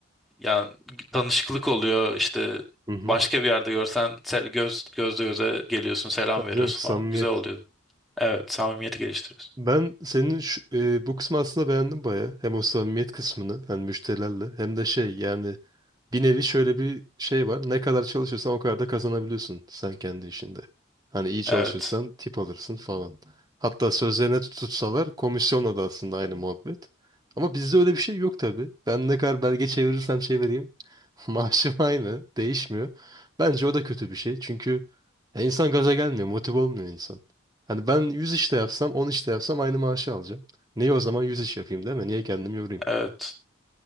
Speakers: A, in the centre; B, on the right.
A: yani tanışıklık oluyor işte
B: Hı hı.
A: başka bir yerde görsen sel- göz gözle göze geliyorsun selam
B: Tabii
A: veriyorsun
B: canım, samimiyet.
A: falan güzel oluyordu. Evet samimiyeti geliştiriyorsun.
B: Ben senin şu- e, bu kısmı aslında beğendim baya. Hem o samimiyet kısmını hani müşterilerle hem de şey yani bir nevi şöyle bir şey var. Ne kadar çalışırsan o kadar da kazanabiliyorsun sen kendi işinde. Hani iyi çalışırsan
A: Evet,
B: tip alırsın falan. Hatta sözlerine tut- tutsalar komisyonla da aslında aynı muhabbet. Ama bizde öyle bir şey yok tabii. Ben ne kadar belge çevirirsem çevireyim <laughs> maaşım aynı değişmiyor. Bence o da kötü bir şey çünkü e, insan gaza gelmiyor motive olmuyor insan. Hani ben 100 işte yapsam 10 işte yapsam aynı maaşı alacağım. Niye o zaman 100 iş yapayım değil mi? Niye kendimi yorayım?
A: evet.